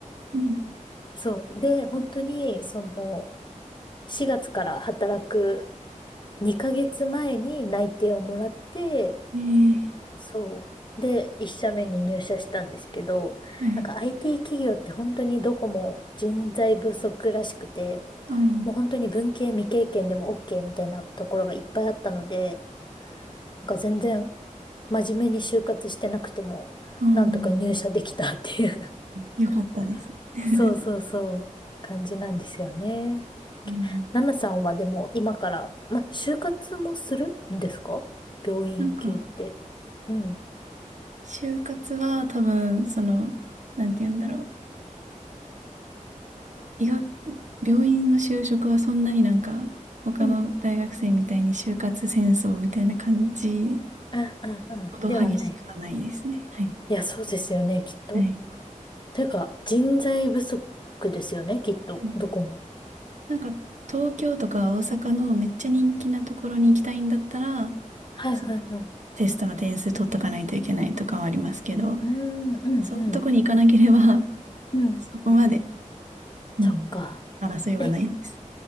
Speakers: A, on the right; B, on the left.
A: うん。
B: そう。で、本当に、その、4月から働く2ヶ月前に内定をもらって、
A: ええ、
B: そう。で、1社目に入社したんですけど、
A: はい。
B: なんか IT 企業って本当にどこも人材不足らしくて、
A: あ
B: もう本当に文系未経験でも OK みたいなところがいっぱいあったので、なんか全然真面目に就活してなくても、
A: あ、ああ、
B: なんとか入社できたっていう
A: よかったです。
B: <laughs>
A: <laughs>
B: そうそうそう、感じなんですよね。
A: うん、
B: ナナさんはでも今から、ま、就活もするんですか病院系って。
A: なんか、
B: うん。
A: 就活は多分、その、なんて言うんだろう。医学、病院の就職はそんなになんか、他の大学生みたいに就活戦争みたいな感じ
B: うん。あ、うん、うん。
A: ほど激しくはないですね。
B: ではない。
A: はい。
B: いや、そうですよね、きっと。
A: はい。
B: というか、人材不足ですよね、きっと。
A: うん
B: どこも。
A: なんか、東京とか大阪のめっちゃ人気なところに行きたいんだったら、
B: はい、
A: そう
B: はい、はい。
A: テストの点数取っとかないといけないとかはありますけど、
B: うーん、うん、
A: そんなとこに行かなければ、
B: うん、
A: <laughs>
B: うん。
A: そこまでうん。
B: そっか。
A: 争いはないです。
B: え、